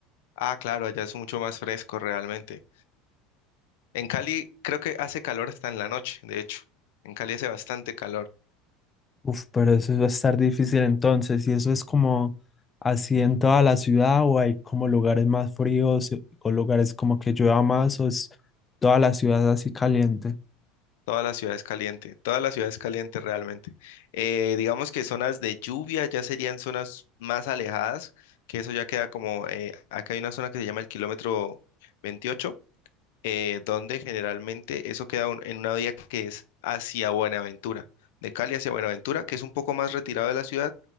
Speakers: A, on the left; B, on the left.
A: Ah, claro, allá es mucho más fresco realmente. En Cali creo que hace calor hasta en la noche, de hecho. En Cali hace bastante calor.
B: Uf, pero eso va a estar difícil entonces. ¿Y eso es como así en toda la ciudad o hay como lugares más fríos eh, o lugares como que llueva más o es toda la ciudad así caliente?
A: Toda la ciudad es caliente, toda la ciudad es caliente realmente. Eh, digamos que zonas de lluvia ya serían zonas más alejadas, que eso ya queda como, eh, acá hay una zona que se llama el kilómetro 28, eh, donde generalmente eso queda un- en una vía que es hacia Buenaventura, de Cali hacia Buenaventura, que es un poco más retirado de la ciudad,